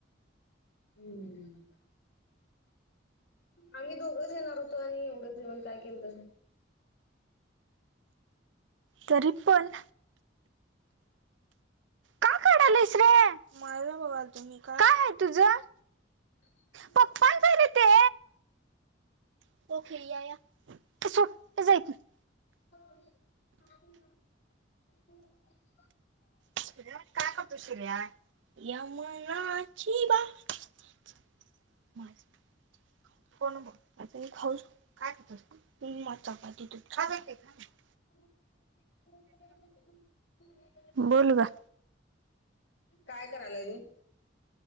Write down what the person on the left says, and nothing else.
अम्म. आम्ही दोघंच येणार होतो आणि एवढं जेवण काय केलंतसा?
<inaudible>
<unintelligible>
<inaudible>
काय कराय लागली?